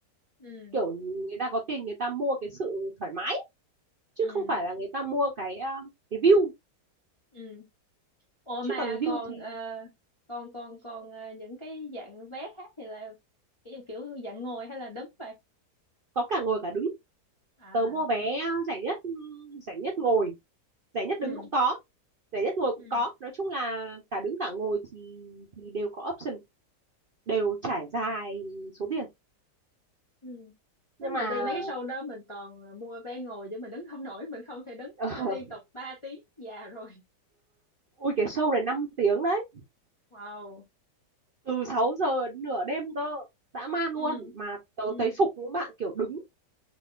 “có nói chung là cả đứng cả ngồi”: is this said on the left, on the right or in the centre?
Right